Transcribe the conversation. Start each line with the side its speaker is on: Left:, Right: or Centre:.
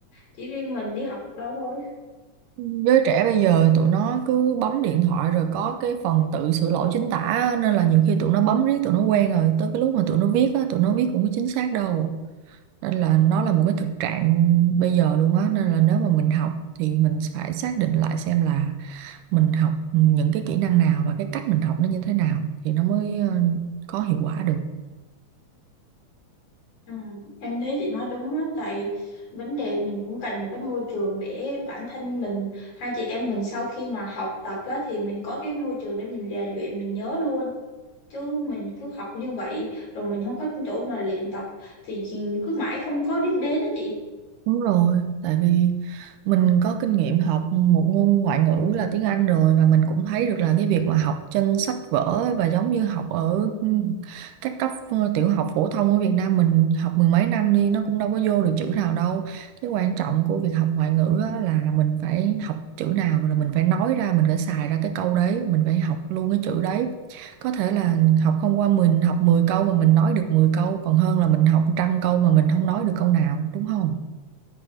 Left: chỉ riêng mình đi học đâu thôi.
Right: giới trẻ bây giờ tụi nó cứ bấm điện thoại rồi có cái phần tự sửa lỗi chính tả á, nên là nhiều khi tụi nó bấm riết tụi nó quen rồi tới cái lúc mà tụi nó viết á tụi nó viết cũng có chính xác đâu nên là nó là một cái thực trạng bây giờ luôn á nên là nếu mà mình học thì mình phải xác định lại xem là mình học những cái kỹ năng nào và cái cách mình học nó như thế nào thì nó mới ờ, có hiệu quả được
Left: Ừ, em thấy chị nói đúng á, tại vấn đề mình cũng cần một cái môi trường để bản thân mình, hai chị em mình sau khi mà học tập á, thì mình có cái môi trường để mình rèn luyện, mình nhớ luôn. Chứ mình cứ học như vậy, rồi mình không có chỗ mà luyện tập thì cứ mãi không có đích đến á chị.
Right: Đúng rồi, tại vì mình có kinh nghiệm học một ngôn ngoại ngữ là tiếng Anh rồi và mình cũng thấy được là cái việc mà học trên sách vở và giống như học ở các cấp ờ, tiểu học phổ thông ở Việt Nam mình học mười mấy năm đi nó cũng đâu có vô được chữ nào đâu. Cái quan trọng của việc học ngoại ngữ á là mình phải học chữ nào là mình phải nói ra, mình phải xài ra cái câu đấy, mình phải học luôn cái chữ đấy. Có thể là học không qua mình học 10 câu mà mình nói được 10 câu còn hơn là mình học trăm câu mà mình không nói được câu nào, đúng không?